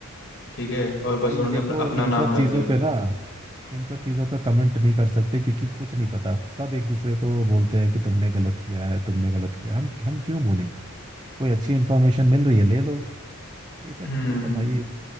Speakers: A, on the left; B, on the right.
A: ठीक है और बस
B: भाई
A: उन्होंने
B: देखो
A: अपना, अपना
B: इन
A: नाम
B: सब
A: डाल
B: चीज़ों
A: दिया
B: पे ना इन सब चीजों पे कमेंट नहीं कर सकते क्योंकि कुछ नहीं पता सब एक दूसरे को बोलते हैं कि तुमने गलत किया है तुमने गलत किया है। हम हम क्यों बोले कोई अच्छी इन्फॉर्मेशन मिल रही है ले लो ये सब
A: हम्म
B: चीजें तो भाई